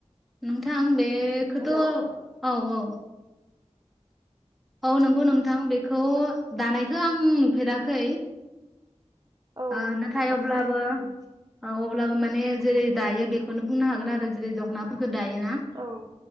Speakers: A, in the centre; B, on the right (about 35°).
A: नोंथां बे बेखोथ'
B: हेलौ
A: औ औ। औ नंगौ नोंथां बे खौ दानायखो आं नुफेराखै।
B: औ
A: ओ
B: नुफेराखै
A: नाथाय अब्लाबो
B: उम।
A: औ अब्लाबो माने जेरै दायो बेखौनो बुंनो हागोन आरो जेरै दख'नाफोर खो दायोना
B: औ